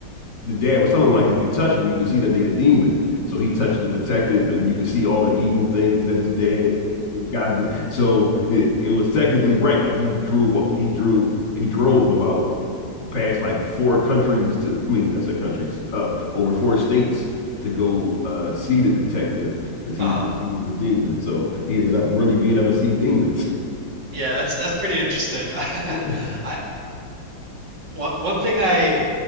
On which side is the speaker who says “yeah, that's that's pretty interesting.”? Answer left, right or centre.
Right